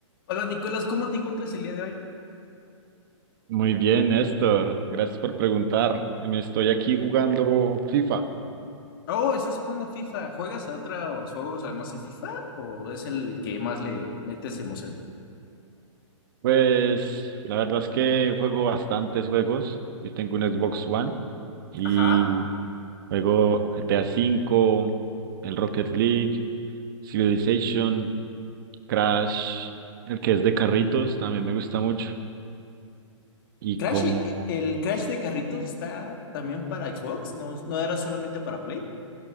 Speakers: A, on the left; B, on the right.
A: Hola Nicolás, ¿cómo te encuentras el día de hoy?
B: Muy bien, Néstor. Gracias por preguntar. Me estoy aquí jugando FIFA.
A: Oh, estás jugando FIFA. ¿Juegas a otros juegos además de FIFA o es el que más le metes emoción?
B: Pues la verdad es que juego bastantes juegos. Yo tengo un Xbox One y
A: Ajá.
B: juego GTA cinco el Rocket League, Civilization, Crash, el que es de carritos, también me gusta mucho. Y
A: Crash,
B: como...
A: eh, el Crash de carritos está también para Xbox, no, no era solamente para Play.